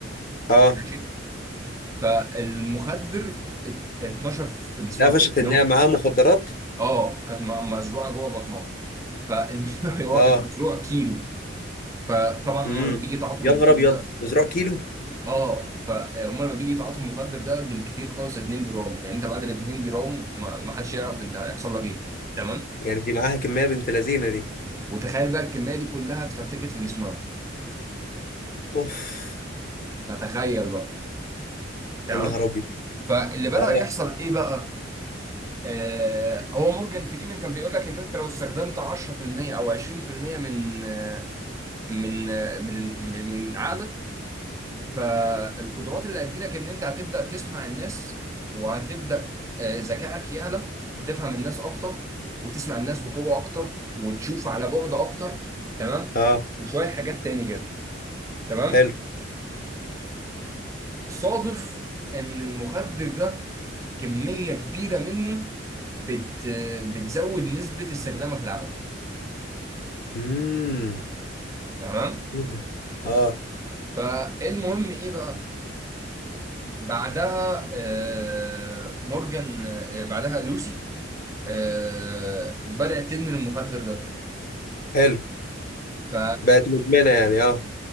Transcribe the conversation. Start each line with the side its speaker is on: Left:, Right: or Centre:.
Left: اه
Right: ماشي فالمخدر ات- اتنشر في جسمها
Left: اتقفشت
Right: كله يعني
Left: ان
Right: هو
Left: هي معاها مخدرات
Right: اه كانت م- مزروعه جوه بطنها فهو
Left: اه
Right: <laughs> كان مزروع كيلو فطبعا
Left: امم
Right: هم لما بيجي يتعاطوا
Left: يا
Right: المخدر
Left: نهار ابيض
Right: ده
Left: مزروع كيلو
Right: اه فهم لما بيجي يتعاطوا المخدر ده بالكتير خالص 2 جرام يعني انت بعد ال 2 جرام ما ما حدش يعرف انت هيحصل لك ايه تمام
Left: يعني دي معاها كميه بنت لذينه دي
Right: وتخيل بقى الكميه دي كلها اتفرتكت في جسمها
Left: اوف
Right: فتخيل بقى تمام
Left: يا نهار ابيض
Right: فاللي بدأ
Left: اه
Right: يحصل ايه بقى آه، هو مورجان فريمان كان بيقول لك ان انت لو استخدمت 10% او 20% من آه، من آه، من من من عقلك فالقدرات اللي هتجيلك ان انت هتبدا تسمع الناس وهتبدا آه، ذكائك يعلى وتفهم الناس اكتر وتسمع الناس بقوه اكتر وتشوف على بعد اكتر تمام
Left: اه
Right: وشويه حاجات تاني كده تمام
Left: حلو
Right: فصادف ان المخدر ده كميه كبيره منه بت بتزود نسبه استخدامك للعقل
Left: امم
Right: تمام
Left: ايه ده اه
Right: فالمهم ايه بقى بعدها آه، مورجان آه، بعدها لوسي آه، بدات تدمن المخدر ده
Left: حلو
Right: ف
Left: بقت مدمنه يعني اه